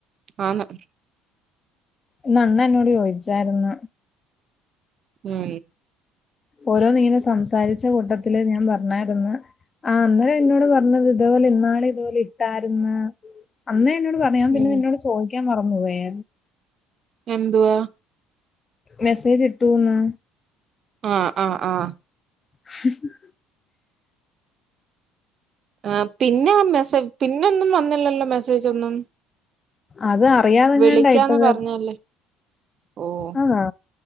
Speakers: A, on the right; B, on the left.
A: ആന്ന്
B: ന്ന് അമ്മ എന്നോട് ചോദിച്ചായിരുന്ന
A: ഉം
B: ഓരോന്നിങ്ങനെ സംസാരിച്ച കൂട്ടത്തില് ഞാൻ പറഞ്ഞായിരുന്നു ആ അന്നേരന്നോട് പറഞ്ഞത് ഇതേപോലെന്നാള് ഇതു ഇട്ടായിരിന്ന് അന്നേന്നോട് പറയാൻ പിന്നെ
A: ഉം
B: നിന്നോട് ചോദിക്കാൻ മറന്നു പോയേ
A: എന്തുവാ
B: മെസ്സേജ് ഇട്ടുന്ന്
A: ആഹ ആഹ ആഹ
B: !!!!!!!!!!
A: ആ പിന്നെ വന്ന മെസ്സ പിന്നെ ഒന്നും വന്നില്ലല്ലോ മെസ്സേജ് ഒന്നും
B: അത് അറിയാതെങ്ങാണ്ടായിട്ടത്
A: വിളിക്കാന്ന് പറഞ്ഞല്ലേ ഓഹ്
B: ആതാ